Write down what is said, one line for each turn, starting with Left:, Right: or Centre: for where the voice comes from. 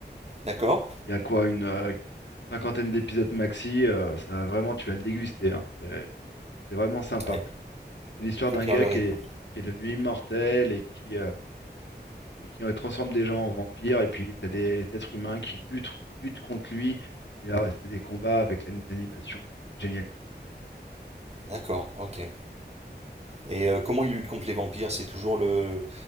Right: D'accord.
Left: Il y a quoi, une euh, cinquantaine d'épisodes maxi. euh, ça, vraiment, tu vas le déguster. hein. C'est c'est vraiment sympa.
Right: Ouais.
Left: C'est l'histoire
Right: Faut
Left: d'un
Right: tenir
Left: gars
Right: le
Left: qui
Right: rythme.
Left: est, qui est devenu immortel et qui, euh, et qui euh, transforme des gens en vampires. Et puis, t'as des êtres humains qui luttent, luttent contre lui. Et là, c'est des combats avec l'animation géniale.
Right: D'accord, ok. Et euh, comment il lutte contre les vampires? C'est toujours le,